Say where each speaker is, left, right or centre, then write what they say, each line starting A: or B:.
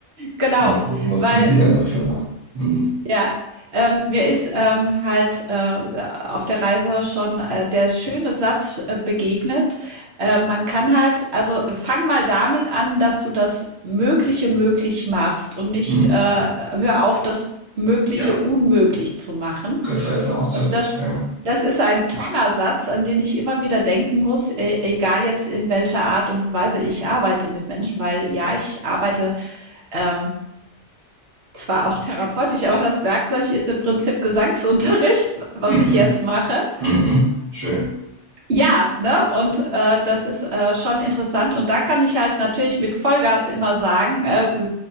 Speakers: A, on the right; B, on the right.
A: genau.
B: mal gucken, was
A: Weil
B: tun Sie denn dafür? Ne? Mhm.
A: Ja, ähm, mir ist, ähm, halt, äh, auf der Reise schon, äh, der schöne Satz, äh, begegnet. Äh, man kann halt also fang mal damit an, dass du das Mögliche möglich machst und nicht,
B: Mhm.
A: äh hör auf, das Mögliche
B: Ja,
A: unmöglich zu machen.
B: gefällt mir auch sehr
A: Und
B: gut.
A: das
B: Ja.
A: das ist ein toller Satz, an den ich immer wieder denken muss, e egal jetzt in welcher Art und Weise ich arbeite mit Menschen, weil ja, ich arbeite, ähm, zwar auch therapeutisch, aber das Werkzeug ist im Prinzip Gesangsunterricht, was
B: Mhm.
A: ich jetzt mache.
B: Mhm. Schön.
A: Ja, ne? Und äh, das ist äh, schon interessant. Und da kann ich halt natürlich mit Vollgas immer sagen, äh,